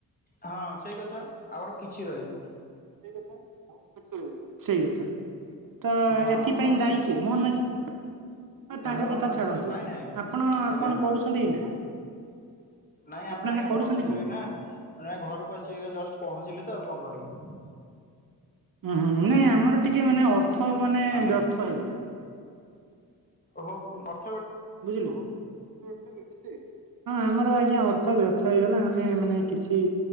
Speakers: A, on the left (about 20°); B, on the right (about 60°).
A: ହଁ ସେଇ କଥା ଆମର କିଛି ରହିନି।
B: ସେ କଥା ଆଉ କିଛି ରହିନି ସେଇ କଥା। ତ
A: ହଁ
B: ଏଥିପାଇଁ
A: ଆମର ସେ
B: ଦାୟୀ କିଏ ମୋହନ ମାଝି। ହଁ ତାଙ୍କ
A: ମୋହନ
B: କଥା
A: ମାଝି
B: ଛାଡନ୍ତୁ
A: ସ ନାଇଁ ନାଇଁ ଆଜ୍ଞା
B: ଆପଣ
A: ଆଜ୍ଞା
B: କଣ କରୁଛନ୍ତି ଏଇନା।
A: ନାଇଁ
B: ଆପଣ
A: ଆମେ
B: ଏଇନା
A: ଆଜ୍ଞା
B: କରୁଛନ୍ତି
A: ବସିଛୁ
B: କଣ
A: ଏଇନା। ନାଇଁ ଘରକୁ ଆସିକି ଏଇ ଜଷ୍ଟ ପହଞ୍ଚିଲି ତ ଆଉ କଣ କରମି।
B: ହୁଁ ହୁଁ ନାଇଁ ଆମର ଟିକେ ମାନେ ଅର୍ଥ ମାନେ
A: ଆଜ୍ଞା
B: ବ୍ୟର୍ଥ ହେଇଗଲା।
A: ଓହୋ ବୁ ତ
B: ବୁଝିଲୁ। ହଁ ଆମର ଆଜ୍ଞା ଅର୍ଥ ବ୍ୟର୍ଥ ହେଇଗଲା ଆମେ ମାନେ କିଛି।